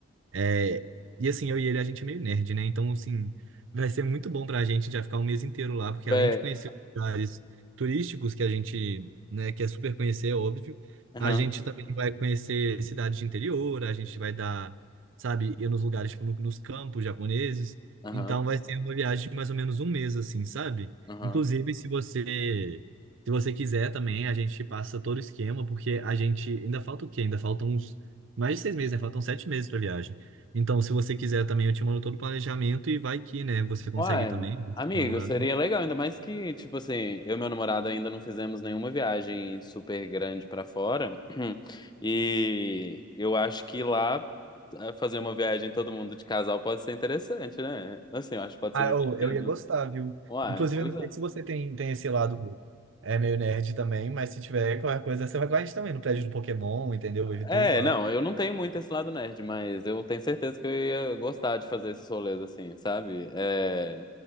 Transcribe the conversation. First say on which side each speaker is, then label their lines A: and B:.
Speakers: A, on the right (about 75°); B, on the left (about 20°).
A: É, e assim, eu e ele, a gente é meio nerd, né? Então, assim, vai ser muito bom pra gente já ficar um mês inteiro lá, porque
B: Bé,
A: além de conhecer os lugares turísticos que a gente, né, quer super conhecer, é óbvio,
B: aham,
A: a gente também vai conhecer cidades de interior, a gente vai dar, sabe, ir nos lugares, tipo, no- nos campos japoneses.
B: aham,
A: Então, vai ser uma viagem de mais ou menos um mês, assim, sabe?
B: aham.
A: Inclusive, se você, se você quiser também, a gente passa todo o esquema, porque a gente, ainda falta o quê? Ainda faltam uns, mais de seis meses, né? Faltam sete meses pra viagem. Então, se você quiser também, eu te mando todo o planejamento e vai que, né, você consegue
B: Uai,
A: também, você
B: amigo,
A: tá namorado.
B: seria legal, ainda mais que, tipo assim, eu e meu namorado ainda não fizemos nenhuma viagem super grande pra fora. <clears throat> E eu acho que lá eh, fazer uma viagem todo mundo de casal pode ser interessante, né? Assim, eu acho que pode
A: Ah,
B: ser
A: eu,
B: divertido.
A: eu ia gostar, viu?
B: Uai,
A: Inclusive,
B: pois
A: eu não
B: é.
A: sei se você tem, tem esse lado é meio nerd também, mas se tiver qualquer coisa, você vai com a gente também no prédio do Pokémon, entendeu? Vive
B: É,
A: tudo lá.
B: não, eu não tenho muito esse lado nerd, mas eu tenho certeza que eu ia gostar de fazer esses rolês assim, sabe? É,